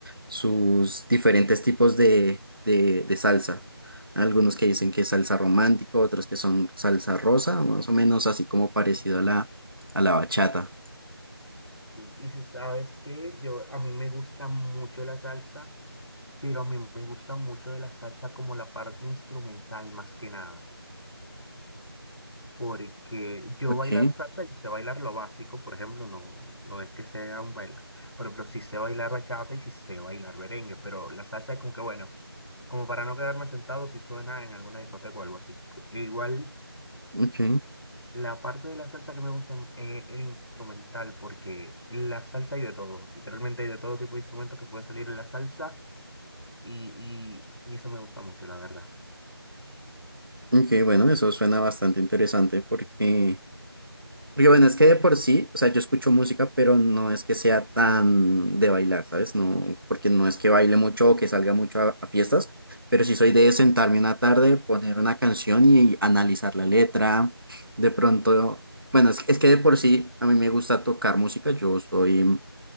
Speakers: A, on the right; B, on the left.
A: sus diferentes tipos de, de, de salsa. Algunos que dicen que es salsa romántico, otros que son salsa rosa, más o menos así como parecido a la, a la bachata.
B: Y, y si sabes que yo, a mí me gusta mucho la salsa, pero a mí me gusta mucho de la salsa como la parte instrumental más que nada. Porque yo
A: Ok,
B: bailar salsa, yo sé bailar lo básico, por ejemplo, no, no es que sea un bailar. Por ejemplo, sí sé bailar bachata y sí sé bailar merengue, pero la salsa es como que bueno, como para no quedarme sentado si suena en alguna discoteca o algo así. E Igual,
A: ok,
B: la parte de la salsa que me gusta es el instrumental, porque la salsa hay de todo, literalmente hay de todo tipo de instrumentos que pueden salir en la salsa y, y, y eso me gusta mucho, la verdad.
A: ok, bueno, eso suena bastante interesante porque Porque bueno, es que de por sí, o sea, yo escucho música, pero no es que sea tan de bailar, ¿sabes? No, porque no es que baile mucho o que salga mucho a, a fiestas, pero sí soy de sentarme una tarde, poner una canción y, analizar la letra. De pronto, bueno, es, es que de por sí a mí me gusta tocar música, yo soy